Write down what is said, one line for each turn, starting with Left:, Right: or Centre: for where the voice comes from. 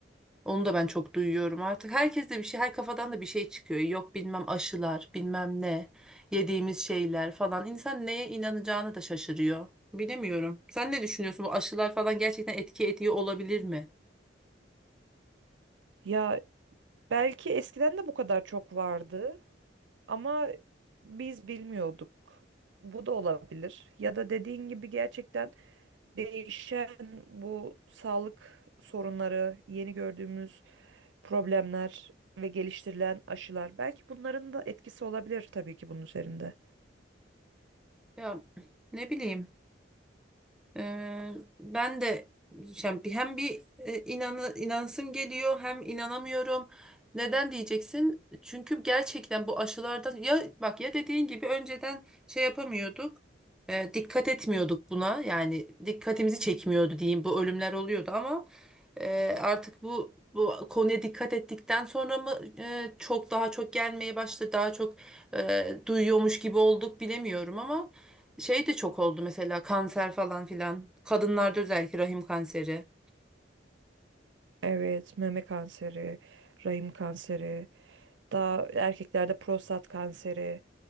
Centre: Onu da ben çok duyuyorum artık. Herkes de bir şey, her kafadan da bir şey çıkıyor. Yok bilmem aşılar, bilmem ne, yediğimiz şeyler falan. İnsan neye inanacağını da şaşırıyor. Bilemiyorum. Sen ne düşünüyorsun? Bu aşılar falan gerçekten etki ediyor olabilir mi?
Right: Ya belki eskiden de bu kadar çok vardı ama biz bilmiyorduk. Bu da olabilir. Ya da dediğin gibi gerçekten değişen bu sağlık sorunları, yeni gördüğümüz problemler ve geliştirilen aşılar belki bunların da etkisi olabilir tabii ki bunun üzerinde.
Centre: Ya ne bileyim. Ee, ben de yani bir- hem bir e, inanı, inansım geliyor hem inanamıyorum. Neden diyeceksin? Çünkü gerçekten bu aşılardan ya bak ya dediğin gibi önceden şey yapamıyorduk. e, dikkat etmiyorduk buna. Yani dikkatimizi çekmiyordu diyeyim. Bu ölümler oluyordu ama e, artık bu bu konuya dikkat ettikten sonra mı e, çok daha çok gelmeye başladı. Daha çok e, duyuyormuş gibi olduk bilemiyorum ama şey de çok oldu mesela kanser falan filan. Kadınlarda özellikle rahim kanseri.
Right: Evet, meme kanseri, rahim kanseri, daha erkeklerde prostat kanseri.